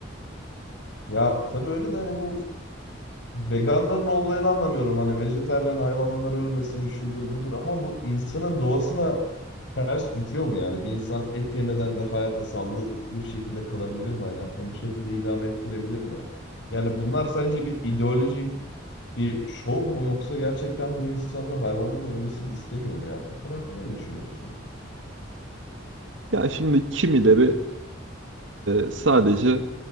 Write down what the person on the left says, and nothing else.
Ya tabii öyle de hani bu veganların olayını anlamıyorum. Hani vejetaryen hayvanlar ölmesin şudur budur ama bu insanın doğasına ters gidiyor mu yani? Bir insan et yemeden de hayatta sağlıklı bir şekilde kalabilir mi? Hayatını bu şekilde idame ettirebilir mi? Yani bunlar sence bir ideolojik bir şov mu yoksa gerçekten bu insanlar hayvanların ölmesini istemiyor mu ya? Bu konu hakkında ne düşünüyorsun?